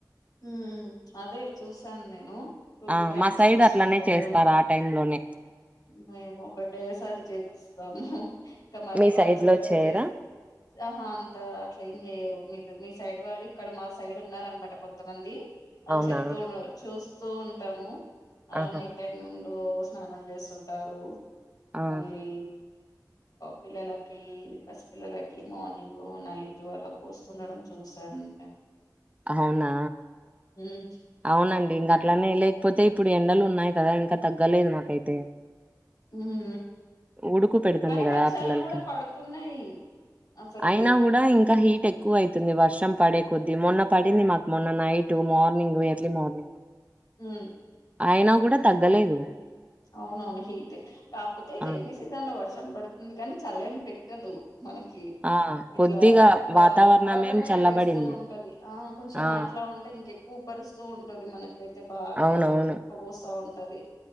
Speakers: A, on the left; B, on the right.
A: ఉమ్ అదే చూసాను నేను టూ టూ
B: ఆ!
A: టైమ్స్
B: మా సైడ్
A: పోస్తుంటారు
B: అట్లనే చేస్తారు ఆ టైంలోనే.
A: మేము ఒకటేసారి చేపిస్తాము ఇంకా మరీ
B: మీ
A: వాళ్ళు
B: సైడ్‌లో
A: చీదర
B: చేయరా?
A: చేస్ ఆహా అంతా అట్ల ఏం చెయ్యరు మీ మీ సైడ్ వాళ్ళు ఇక్కడ మా సైడ్ ఉన్నారు అన్నమాట కొంతమంది వాళ్ళు
B: అవునా?
A: చెప్తూ ఉ చూస్తూ ఉంటాము వాళ్ళు
B: ఆహా!
A: నైట్ టైమ్ రోజు స్నానం చేస్తుంటారు
B: ఆ!
A: మళ్ళీ పిల్లలకి పసిపిల్లలకి మార్నింగ్ నైట్ అల్ల పూస్తుండడం చూస్తా వన్ టైం
B: అవునా
A: హ్మ్.
B: అవునండి ఇంక అట్లానే లేకపోతే ఇప్పుడు ఎండలు ఉన్నాయి కదా ఇంకా తగ్గలేదు మాకైతే
A: ఉ హు
B: ఉడుకు పెడుతుంది
A: కానీ
B: కదా
A: వర్షాలు
B: పిల్లలకి.
A: కూడా పడుతున్నాయి అసలుకి
B: అయినా కూడా ఇంకా హీట్ ఎక్కువ అవుతుంది వర్షం పడే కొద్ది మొన్న పడింది మాకు మొన్న నైట్ మార్నింగ్ ఎర్లీ మార్నింగ్
A: ఉ
B: ఆయనా కూడా తగ్గలేదు
A: అవునవును హీట్ కాకపోతే రెైనీ
B: ఆ
A: సీజన్ లో వర్షం పడుతుంది కానీ చలిమ్ పెట్టదు మనకి
B: ఆ
A: ఇట్లా
B: కొద్దిగా
A: ఆ
B: వాతావరణం
A: ఉబ్బరమే
B: ఏం చల్లబడింది.
A: వేస్తూ ఉంటది ఆ కొంచెం
B: ఆ
A: మాట్లా అ అట్లా ఉంటే ఎక్కువ భరిస్తా ఉంటది మనకైతే బాగా
B: అవునవును
A: ఊక్కపోస్తా ఉంటది